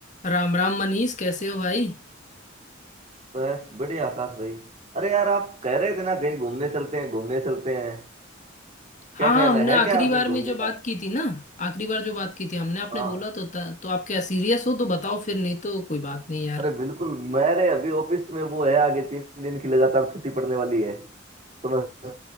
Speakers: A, on the left; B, on the right.
A: राम राम मनीष कैसे हो भाई
B: बस बढ़िया आकाश भाई अरे यार आप कह रहे थे ना कहीं घूमने चलते हैं घूमने चलते हैं क्या
A: हाँ
B: ख्याल
A: हाँ हमने
B: है,
A: आखिरी
B: है क्या अभी
A: बार
B: घूमने
A: में जो बात
B: का
A: की थी ना आखिरी बार जो बात की थी हमने आपने
B: हाँ
A: बोला तो था तो आप क्या सीरियस हो तो बताओ फिर नहीं तो कोई बात नहीं यार
B: अरे बिल्कुल मेरे अभी ऑफिस में वो है आगे तीन दिन की लगातार छुट्टी पड़ने वाली है तो मैं